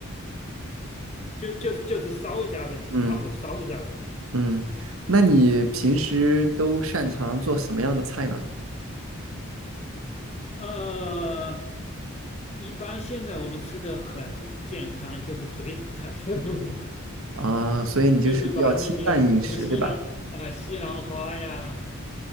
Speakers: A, on the left; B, on the right.
A: 就就就是烧一下呗，
B: 嗯
A: 拿火烧一下呗。
B: 嗯，那你平时都擅长做什么样的菜呢？
A: 呃，一般现在我们吃的很健康，就是水煮菜，<laughs>
B: 啊，所以你就是比较清淡饮食，
A: 就是把那些什么西兰啊、
B: 对吧？
A: 西兰花呀，